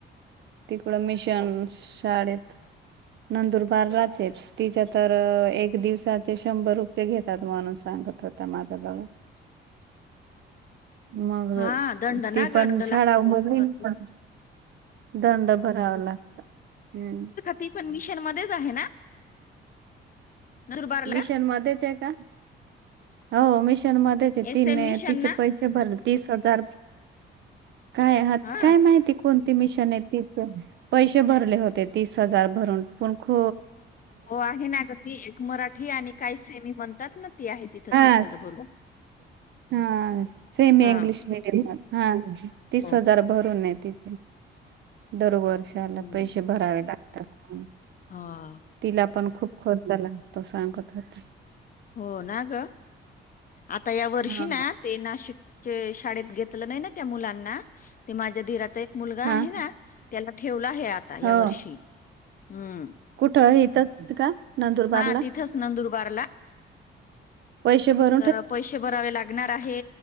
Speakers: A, on the right; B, on the left.
A: तिकडं मिशन शाळेत, नंदुरबार राहतेत. तिच तर, एक दिवसाचे शंभर रुपये घेतात म्हणून सांगत होता म गत. मग
B: हा दंड
A: ती
B: ना
A: पण
B: ग दंड
A: शाळा
B: लागतो
A: उमरली
B: गोबर
A: प दंड भरावा लागत. हम्म.
B: ती पण मिशन मध्येच आहे ना? नंदुरबारला
A: मिशन मध्येच आहे का? हो मिशन मध्येच आहे
B: एस
A: तीन
B: एम मिशन
A: तिचे
B: ना
A: पै भरलेत. तीस हजार काय हात
B: हा
A: काय माहिती कोण मिशन आहेत ती पण, पैसे भरले होते. तीस हजार भरून पण ख.
B: हो आहे ना ग ती एक मराठी आणि काही सेमी म्हणतात ना, ती आहे तिथं
A: हा
B: तीस भरून.
A: हा, सेम इंग्लीश
B: हा
A: मिडयम हा. तीस
B: हो
A: हजार भरून आहे तिथे. दरवर्षाला
B: हम्म.
A: पैसे भरावे लागतात. पण.
B: हा.
A: तिला पण खूप खोतजा लागतो सांगत होते.
B: हो ना ग, आता या वर्षी
A: हा
B: ना ते नाशिकचे शाळेत घेत लं नाही त्या मुलांना, ते माझ्या धीराचे मुलगा
A: हा
B: आहे ना, त्याला ठेवला आहे. आता या
A: हो
B: वर्षी, हम्म.
A: कुठं इथंच का नंदुरबारला
B: हा तिथेच नंदुरबारला.
A: पैसे भर
B: तर पैसे भरावे लागणार आहे.